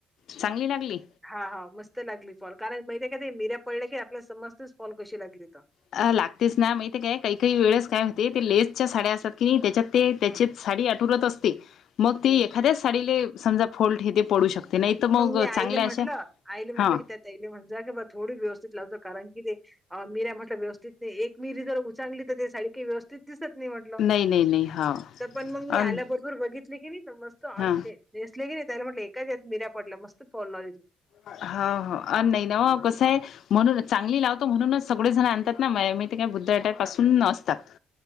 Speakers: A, on the left; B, in the centre.
A: चांगली लागली?
B: हां हां मस्त लागली फॉल कारण माहिती आहे काय ते मीऱ्या पळल्या की आपल्या समजतेच फॉल कशी लागली त.
A: अ लागतेच ना माहिती काय काही काही वेळेस काय होते ते लेसच्या साड्या असतात की नाही त्याच्यात ते त्याचेत
B: हम्म
A: साडी आटूरत असते मग ते
B: हम्म
A: एखाद्याच साडीले समजा फॉल्ट हे ते पडू शकते नाही तर
B: मग मी आईले
A: चांगल्या
B: म्हटलं
A: अशा
B: आईले म्हटलं
A: हा
B: की त्यात ताईले म्हणजा बा थोडी व्यवस्थित लावजा कारण की ते अ मीऱ्या म्हटलं व्यवस्थित नाही एक मिरी जर उचांगली तर ते साडी काही व्यवस्थित त दिसत नाही म्हटल
A: नाही नाही नाही हाव
B: तर पण मग मी
A: अन
B: आल्या ब रोबर बघितले की नाही मस्त
A: हा
B: दिसले की नाही त्याला म्हटलं एकाच येच्यात मिऱ्या पडल्या मस्त फॉल लावला.
A: हो हां अ नाही व ना कसं आहे. म्हणून चांगली लावतो म्हणूनच सगळेजण आणतात ना म ते काय बुद्ध अटॅपसून नसतात